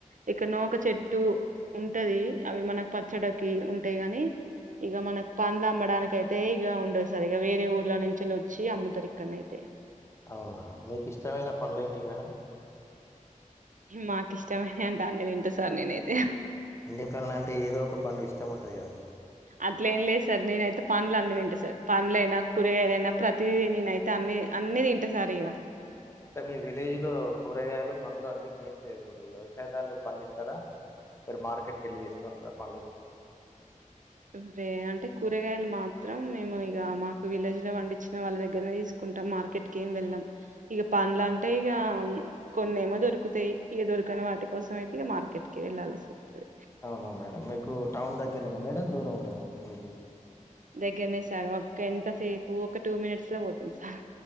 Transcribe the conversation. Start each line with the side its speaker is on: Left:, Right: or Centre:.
Right: ఎక్కడనో ఒక చెట్టు ఉంటది అవి మనకు పచ్చడకి ఉంటాయి గాని ఇగా మనకు పండ్లు అమ్మడానికి అయితే ఇగ ఉండదు సార్ ఇగా వేరే ఊర్ల నుంచి వచ్చి అమ్ముతారు ఇక్కడనాయితే
Left: అవునా మీకు ఇష్టమైన పండ్లు ఏంటివి మేడం
Right: మాకు ఇష్టమైన అంటే అన్ని తింటే సార్ నేనైతే
Left: అన్ని పండ్లు అంటే ఏదో ఒక పండు ఇష్టం ఉంటుంది కదా
Right: అట్లే ఏం లేదు సార్ నేను నేనైతే పండ్లు అన్ని తింటా సా పనులైన కూరగాయలైనా ప్రతి నేను అయితే అన్ని అన్ని తింటే సార్ ఇగా
Left: అంటే మీ విలేజ్ లో కూరగాయలు పండ్లు అంటే కేం ఇప్పుడు వ్యవసాయదారులు పండిస్తారా మీరు మార్కెట్కి వెళ్ళి తీసుకుంటార పండ్లు గిట్ల
Right: అవ్వే అంటే కూరగాయలు మాత్రం మేము ఇగా మాకు విలేజ్ లో పండించిన వాళ్ళ దగ్గరనే తీసుకు టాం మార్కెట్కి ఏం వెళ్ళాం ఇగ పండ్లు
Left: హ్మ్.
Right: అంటే ఇగ కొన్నేమో దొరుకుతాయి ఇగా దొరికని వాటి కోసం అయితే ఇగా మార్కెట్ కి వెళ్లాల్సి వస్తది
Left: అవునా మేడం మీకు టౌన్ దగ్గరేనా మేడం దూరం ఉంటదా మీ విలేజ్కి
Right: దగ్గరనే సార్ ఒక ఎంతసేపు ఒక టూ మినిట్స్ లో పోతం సార్